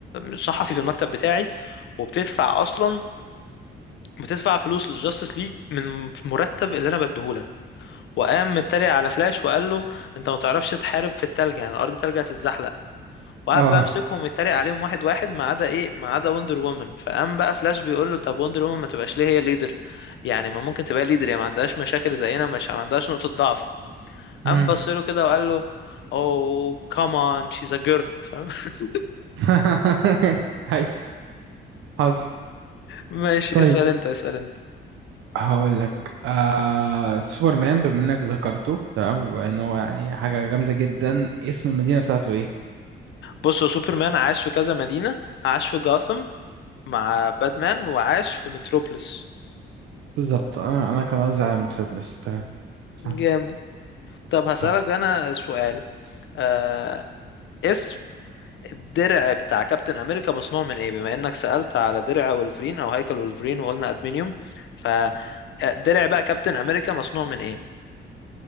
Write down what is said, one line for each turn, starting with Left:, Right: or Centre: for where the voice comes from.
Left: صحفي في المكتب بتاعي وبتدفع اصلا بتدفع فلوس للجاستس ليج من مرتب اللي انا بديهولك وقام متريق على فلاش وقال له انت ما تعرفش تحارب في التلج يعني الارض تلج هتتزحلق وقعد
Right: اه
Left: بقى امسكهم يتريق عليهم واحد واحد ما عدا ايه ما عدا وندر وومن فقام بقى فلاش بيقول له طب وندر وومن ما تبقاش ليه هي ليدر يعني ما ممكن تبقى ليدر يعني ما عندهاش مشاكل زينا مش ما عندهاش نقطة ضعف قام
Right: مم.
Left: بص له كده وقال له اوه كمان شيز ا جيرل فاهم <laughs>
Right: <laughs> هاي حصل
Left: ماشي
Right: طيب
Left: اسأل انت اسأل انت
Right: هقول لك آه سوبرمان بما انك ذكرته تمام وان هو يعني حاجه جامده جدا اسم المدينه بتاعته ايه
Left: بص هو سوبرمان عاش في كذا مدينة عاش في جاثم مع باتمان وعاش في متروبوليس
Right: بالظبط آه انا كان قصدي على متروبوليس تمام صح
Left: جامد طب هسألك
Right: صح
Left: أنا سؤال آه، اسم الدرع بتاع كابتن أمريكا مصنوع من إيه بما إنك سألت على درع ولفرين أو هيكل ولفرين وقلنا أدمنيوم فدرع بقى كابتن أمريكا مصنوع من إيه